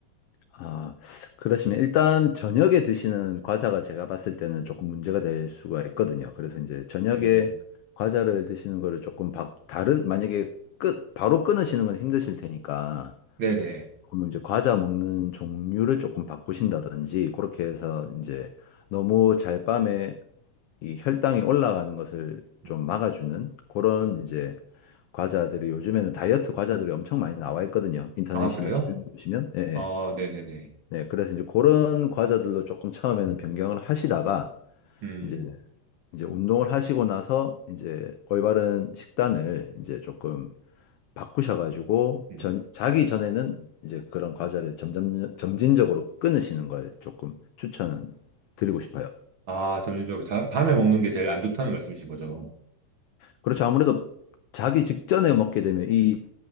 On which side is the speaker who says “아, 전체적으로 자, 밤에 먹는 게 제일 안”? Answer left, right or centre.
Right